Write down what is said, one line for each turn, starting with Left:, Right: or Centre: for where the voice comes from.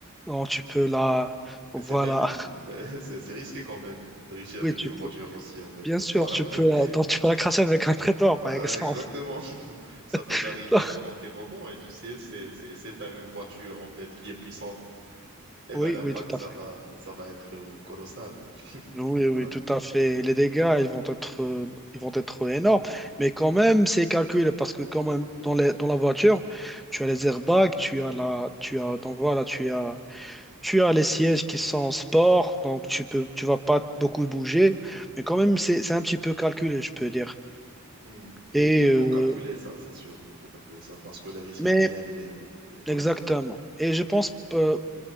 Centre: donc tu peux la... Voilà.
Right: Mais c'est même,
Centre: <laughs>
Right: mais <laughs> c'est c'est risqué quand même de tricher avec
Centre: Oui, tu
Right: une
Centre: peux
Right: voiture aussi, en fait.
Centre: Bien
Right: C'est
Centre: sûr,
Right: pas,
Centre: tu
Right: <laughs>
Centre: peux la, donc tu peux la cracher avec un traiteur,
Right: Ouais,
Centre: par exemple.
Right: ouais, exactement. Ça peut
Centre: <laughs>
Right: t'arriver à n'importe quel moment et tu sais, c'est, c'est, c'est, t'as une voiture, en fait, qui est puissante. Eh
Centre: Oui,
Right: ben, l'impact,
Centre: oui, tout
Right: ça
Centre: à fait.
Right: va, ça va être euh, colossal, <laughs>
Centre: Oui, oui,
Right: mon ami.
Centre: tout à fait. Les dégâts, ils vont être, euh, ils vont être énormes. Mais quand même, c'est calculé parce que quand même, dans les- dans la voiture, tu as les airbags, tu as la, tu as, donc voilà, tu as, tu as les sièges qui sont en sport, donc tu peux, tu vas pas beaucoup bouger. Mais quand même, c'est, c'est un petit peu calculé, je peux dire.
Right: Hmm. Il
Centre: Et,
Right: il
Centre: euh,
Right: faut calculer ça, c'est sûr. Il faut calculer ça parce que le risque
Centre: mais
Right: derrière, il est, il est colossal.
Centre: exactement. Et je pense, euh,